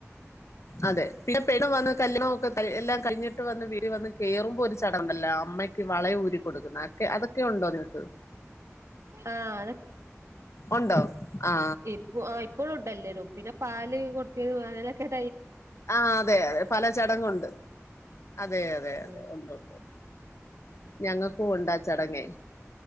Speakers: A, on the left; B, on the right.
A: അതെ പിന്നെ പെണ്ണും വന്ന് കല്യണം ഒക്കെ തലെ എല്ലാം കഴിഞ്ഞിട്ട് വന്ന് വീടിവന്ന് കേറുമ്പോ ഒരു ചടഉണ്ടല്ലോ അമ്മയ്ക്ക് വളയൂരി കൊടുക്കുന്ന അക്കെ അതൊക്കെ ഉണ്ടോ നിങ്ങക്ക്
B: ആഹ്
A: ഉണ്ടോ ആ
B: ഇപ്പ ആ ഇപ്പോഴും ഉണ്ടല്ലേും പിന്നെ പാ കൊടുക്ക അങ്ങനെയൊക്കെൈ
A: ആ അതെ അതെ പല ചടങ്ങ ഉണ്ട് അതെ അതെ
B: ഉം
A: അതെ ഉണ്ട് ഉണ്ട്ണ്ട് ഞങ്ങൾക്കും ഉണ്ടാ ചടങ്ങേ